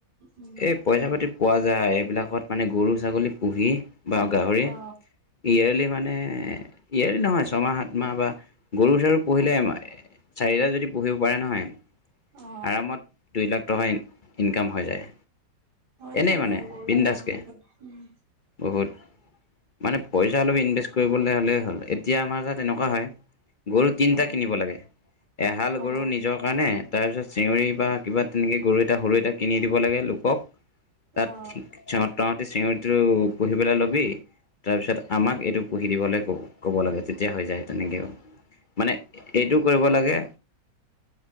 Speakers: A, on the right; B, on the left.
A: উম
B: এই পইচা-পাতি পোৱা যায়, এইবিলাকত মানে গৰু, ছাগলী পুহি বা গাহৰি
A: অ
B: ইয়ে্লি মানে, ইয়েৰ্লি নহয় ছমাহ, সাতমাহ বা গৰু-চৰু পুহিলে মই চাৰিটা যদি পুহিব পাৰে নহয়,
A: অ
B: আৰামত দুইলাখ টকা ইনকাম হৈ যায়।
A: হৈ
B: এনেই
A: যায়
B: মানে
A: বাৰু গৰুৰ
B: বিন্দাছকে
A: দাম বহুত, উম।
B: বহুত। মানে পইচা অলপ ইনভেষ্ট কৰিবলৈ হ'লেই হ'ল, এতিয়া আমাৰ তাত এনেকুৱা হয়। গৰু তিনিটা
A: অ
B: কিনিব লাগে, এহাল
A: অ
B: গৰু নিজৰ কাৰণে, তাৰপিছত চিঞৰি বা কিবা তেনেকে গৰু এটা সৰু এটা কিনি দিব লাগে, লোকক। তাত,
A: অ
B: তহঁতি চিঞৰিটো পুহিবলে লবি। তাৰপিছত আমাক এইটো পুহি দিবলে কব, ক'ব লাগে, তেতিয়া হৈ যায়, তেনেকেও। মানে এইটো কৰিব লাগে।